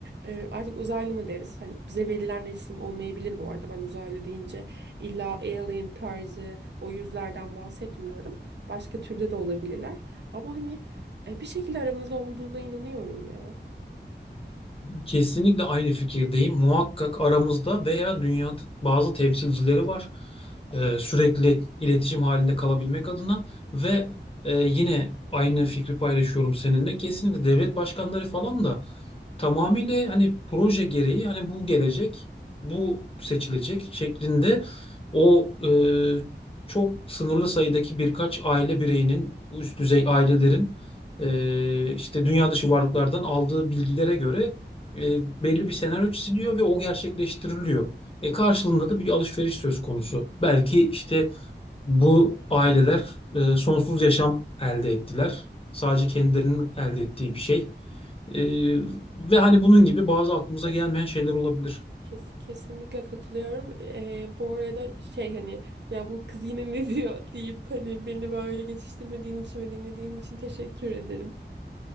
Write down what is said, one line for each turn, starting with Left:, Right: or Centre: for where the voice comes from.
Right: E, artık uzaylı mı deriz? Hani bize verilen isim olmayabilir bu arada. Ben uzaylı deyince illa alien tarzı o yüzlerden bahsetmiyorum. Başka türde de olabilirler. Ama hani e, bir şekilde aramızda olduğuna inanıyorum ya.
Left: Kesinlikle aynı fikirdeyim. Muhakkak aramızda veya dünyada bazı temsilcileri var. Ee, sürekli iletişim halinde kalabilmek adına ve e, yine aynı fikri paylaşıyorum seninle. Kesinlikle devlet başkanları falan da tamamıyla hani proje gereği hani bu gelecek, bu seçilecek şeklinde o e, çok sınırlı sayıdaki birkaç aile bireyinin, üst düzey ailelerin e, işte dünya dışı varlıklardan aldığı bilgilere göre e, belli bir senaryo çiziliyor ve o gerçekleştiriliyor. E karşılığında da bir alışveriş söz konusu. Belki işte bu aileler e, sonsuz yaşam elde ettiler. Sadece kendilerinin elde ettiği bir şey. Ee, ve hani bunun gibi bazı aklımıza gelmeyen şeyler olabilir.
Right: Kes, kesinlikle katılıyorum. Ee, bu arada şey hani ya bu kız yine ne diyor <laughs> deyip hani beni böyle geçiştirmediğin için ve dinlediğin için teşekkür ederim.